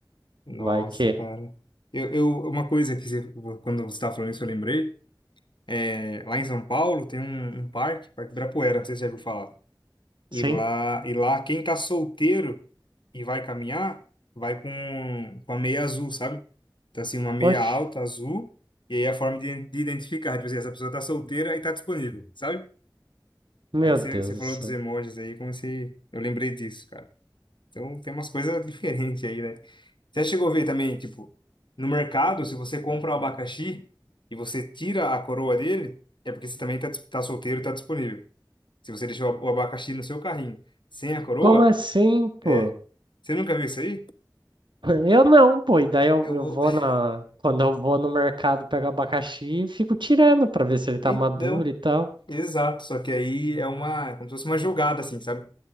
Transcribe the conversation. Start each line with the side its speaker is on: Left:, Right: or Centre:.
Left: Nossa,
Right: Vai que.
Left: cara. Eu, eu, uma coisa que você, quando você estava falando isso, eu lembrei. É, lá em São Paulo tem um, um parque, Parque Ibirapuera, não sei se você já ouviu falar.
Right: Sim.
Left: E lá, e lá quem tá solteiro e vai caminhar, vai com, com a meia azul, sabe? Então, assim, uma meia
Right: Oxe,
Left: alta azul. E aí é a forma de, de identificar, tipo assim, essa pessoa tá solteira e tá disponível, sabe?
Right: meu
Left: Aí você
Right: Deus
Left: você
Right: do
Left: falou
Right: céu.
Left: dos emojis aí, como se. Eu lembrei disso, cara. Então tem umas coisas diferentes <laughs> aí, né? Você já chegou a ver também, tipo, no mercado, se você compra o abacaxi e você tira a coroa dele, é porque você também tá, dis- tá solteiro, tá disponível. Se você deixou o abacaxi no seu carrinho sem a coroa,
Right: Como assim, pô?
Left: é. Você nunca viu isso aí?
Right: Eu não, pô. E daí eu,
Left: Eu
Right: eu
Left: vou.
Right: vou
Left: <laughs>
Right: na. Quando eu vou no mercado, pego abacaxi e fico tirando pra ver se ele tá
Left: Então,
Right: maduro e tal.
Left: exato. Só que aí é uma. Como se fosse uma jogada, assim, sabe?